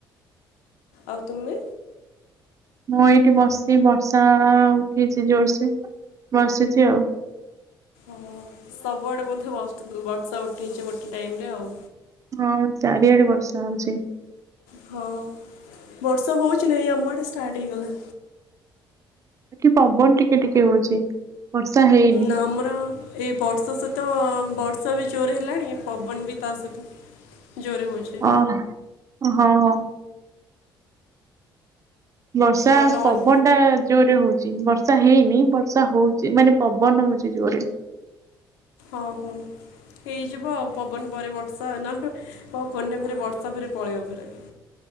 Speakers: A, on the left; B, on the right.
A: ଆଉ ତୁମେ?
B: ମୁଁ ଏଇଠି ବସିଛି। ବର୍ଷା ଉଠେଇଛି ଜୋରସେ ବସିଛି ଆଉ।
A: ଓଃ ସବୁଆଡ଼େ ବୋଧେ ବ-ବର୍ଷା ଉଠେଇଛି ଗୋଟେ ଟାଇମ ରେ ଆଉ।
B: ହଁ ଚାରିଆଡ଼େ ବର୍ଷା ହଉଛି।
A: ହଁ ବର୍ଷ ହଉଛି ନା ଏଇ ଆମ ଆଡ଼େ ଷ୍ଟାର୍ଟ ହେଇଗଲା।
B: ଏଠି ପବନ ଟିକେ ଟିକେ ହଉଛି। ବର୍ଷା ହେଇନି।
A: ନା ଆମର ଏଇ ବର୍ଷା ସହିତ ବର୍ଷା ବି ଜୋର ହେଲାଣି, ପବନ ବି ତା ସହିତ ଜୋରେ ହେଉଛି।
B: ଅ ହଁ ହଁ। ବର୍ଷା,
A: ଆଉ ଲଞ୍ଚ
B: ପବନ ଟା ଜୋରେ ହଉଛି। ବର୍ଷା ହେଇନି ବର୍ଷା ହଉଛି ମାନେ ପବନ ହଉଛି ଜୋରରେ।
A: ଓହୋଃ। ହେଇଯିବ ଆଉ ପବନ ପରେ ବର୍ଷା ନହେଲେ ପବନରେ ଫେର୍ ବର୍ଷା ଫେର୍ ପଳେଇବ ଫେରାର।